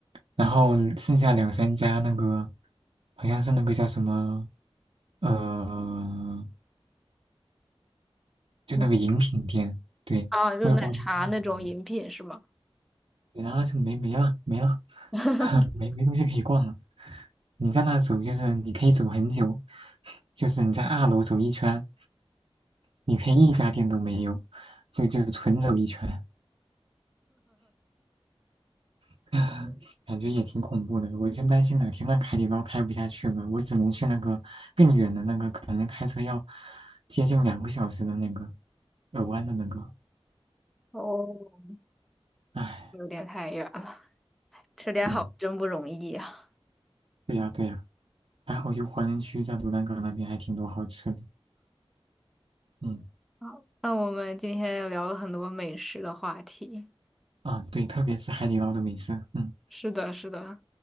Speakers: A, on the right; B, in the centre.
A: 然后剩下两三家那个，好像是那个叫什么，呃，就那个饮品店，
B: 嗯
A: 对，
B: 啊，就奶茶那种饮品是吗？
A: 我也不知道它是卖什么的，然后就没没了，没了。
B: <laughs>
A: <laughs> 没没东西可以逛了。你在那走，就是你可以走很久，就是你在二楼走一圈，你可以一家店都没有，就就纯走一圈，<laughs> 感觉也挺恐怖的。我就担心哪天那海底捞开不下去了，我只能去那个更远的那个，可能开车要接近两个小时的那个耳湾的那个。
B: 哦，
A: 唉，
B: 有点太远了，吃点好真不容易呀、
A: 对对呀对呀，还好就华人区在卢兰港那边还挺多好吃的。嗯
B: 好，那我们今天聊了很多美食的话题。
A: 啊，对，特别是海底捞的美食，嗯。
B: 是的，是的，